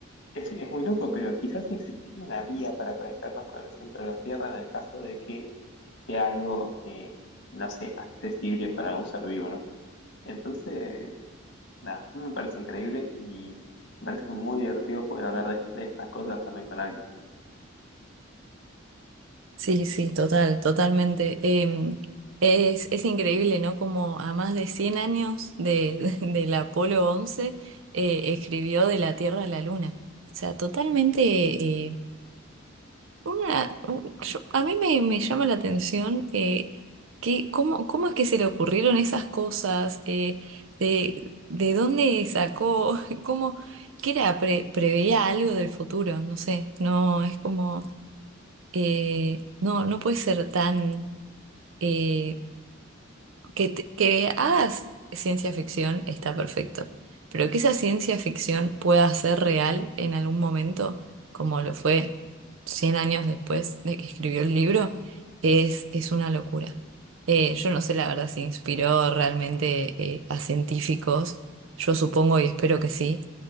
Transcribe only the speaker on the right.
Sí, sí, total, totalmente. Em, es, es increíble, ¿no? Como a más de 100 años de, <laughs> del Apolo 11 eh, escribió de la Tierra a la Luna. O sea, totalmente... eh, una, un- yo- a mí me, me llama la atención eh, que cómo, cómo es que se le ocurrieron esas cosas, eh, de, de dónde sacó, <laughs> cómo, que era, Pre- preveía algo del futuro, no sé, no, es como... eh, no, no puede ser tan... eh, que, te- que hagas ciencia ficción está perfecto, pero que esa ciencia ficción pueda ser real en algún momento, como lo fue 100 años después de que escribió el libro, es, es una locura. Eh, yo no sé la verdad si inspiró realmente eh, a científicos, yo supongo y espero que sí.